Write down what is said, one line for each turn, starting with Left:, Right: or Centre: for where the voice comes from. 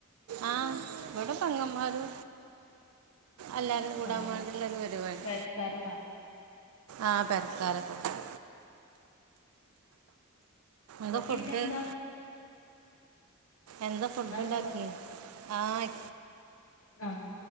Right: ആ ഇവിടെ പെങ്ങമാരു എല്ലാരും കൂടാൻ
Left: ആഹ്
Right: വേണ്ടുള്ള ഒരു പരിപാടി
Left: പെരക്കാര് മാത്രം
Right: ആഹ് പെരക്കാരോക്കക്കൂടി
Left: എന്ന
Right: എന്താ ഫുഡ്
Left: പിന്നെന്താ?
Right: എന്താ ഫുഡ്
Left: ന്നാ ആയിക്കോട്ടെ
Right: ഉണ്ടാക്കി ആഹ്
Left: ആഹ്